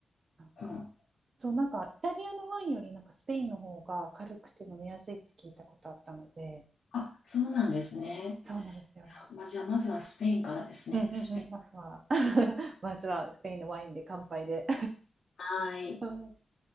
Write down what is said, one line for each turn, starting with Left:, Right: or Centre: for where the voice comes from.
Right: なんか、
Left: うん。
Right: そう、なんかイタリアのワインよりなんかスペインの方が軽くて飲みやすいって聞いたことあったので、
Left: あ、そうなんですね。
Right: そうなんですよ。
Left: まあ、じゃあ、まずはスペインからですね。
Right: うんうんうん、
Left: スペイン。
Right: まずは、<laughs> まずはスペインのワインで乾杯で。
Left: はい。
Right: <laughs>